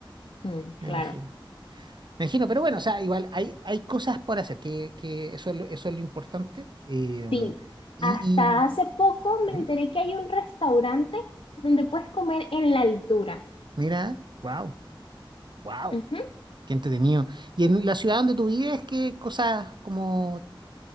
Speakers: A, on the left; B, on the right.
A: Mm,
B: me
A: claro.
B: imagino. Me imagino, pero bueno, o sea, igual hay, hay cosas por hacer, que, que eso es lo, eso es lo importante. eh,
A: Sí.
B: y,
A: Hasta hace poco
B: y,
A: me
B: ujú,
A: enteré que hay un restaurante donde puedes comer en la altura.
B: mira, wow, wow,
A: Ujú.
B: qué entretenido. ¿Y en la ciudad donde tú vives, qué cosas como,